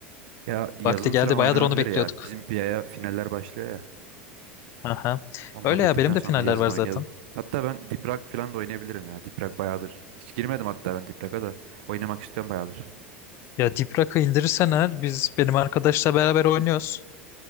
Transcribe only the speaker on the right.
Ya yazın
falan
oynanabilir
ya. Bizim bir aya finaller başlıyor ya.
Onlar
bittikten
sonra
yazın
oynayalım.
Hatta ben Diprak falan da oynayabilirim ya. Diprak bayağıdır. Hiç girmedim hatta ben Diprak'a da. Oynamak istiyorum bayağıdır.